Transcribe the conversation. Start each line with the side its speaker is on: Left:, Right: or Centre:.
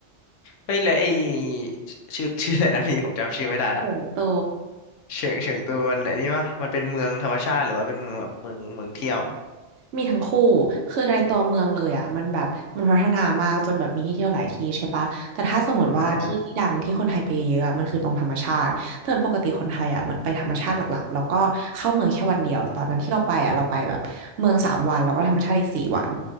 Left: เฮ้ยแล้วไอ้ชื่อชื่ออะไรนะพี่ผมจำชื่อไม่ได้ละ
Right: โตว
Left: เฉิงเฉิงตูมันไอ้นี่วะมันเป็นเมืองธรรมชาติหรือว่าเป็นเมืองแบบเมืองเมืองเที่ยว
Right: มีทั้งคู่ คือในตัวเมืองเลยอ่ะมันแบบมันพัฒนามากจนแบบมีที่เที่ยวหลายที่ใช่ปะแต่ถ้าสมมติว่าที่ที่ดังที่คนไทยไปเยอะอะมันคือตรงธรรมชาติแต่ปกติคนไทยอ่ะเหมือนไปธรรมชาติหลักๆแล้วก็เข้าเมืองแค่วันเดียวตอนนั้นที่เราไปอ่ะเราไปแบบเมืองสามวันแล้วก็ธรรมชาติอีกสี่วัน
Left: อ่าฮะ